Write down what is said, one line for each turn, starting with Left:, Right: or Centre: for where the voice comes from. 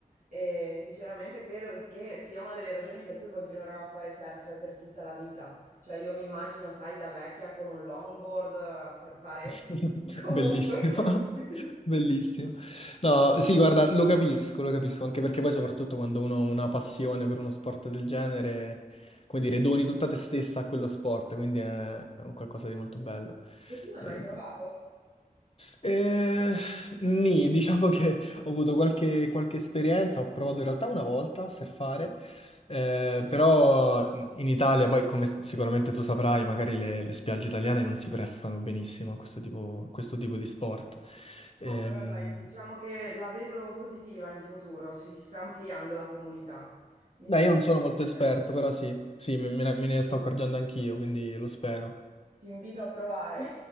Right: E sinceramente credo che sia una delle ragioni per cui continuerò a fare surf per tutta la vita. Cioè io mi immagino, sai, da vecchia con un longboard a surfare
Left: <laughs>
Right: <laughs> comunque.
Left: Bellissimo,
Right: <laughs>
Left: <laughs> bellissimo. No, sì, guarda, lo capisco, lo capisco, anche perché poi soprattutto quando uno ha una passione per uno sport del genere, come dire, doni tutta te stessa a quello sport, quindi è un qualcosa di molto bello.
Right: E tu hai
Left: Eh,
Right: mai provato?
Left: eh, nì, diciamo che ho avuto qualche, qualche esperienza, ho provato in realtà una volta a surfare, eh,
Right: No.
Left: però in Italia, poi come s- sicuramente tu saprai, magari le, le spiagge italiane non si prestano benissimo a questo tipo, questo tipo di sport. Ehm,
Right: Ah, però dai, diciamo che la vedo positiva in futuro, si sta ampliando la comunità. Mi
Left: beh,
Right: sa...
Left: io
Right: Ti
Left: non sono molto esperto, però sì, sì, me, me ne me ne sto accorgendo anch'io, quindi lo spero.
Right: invito a provare.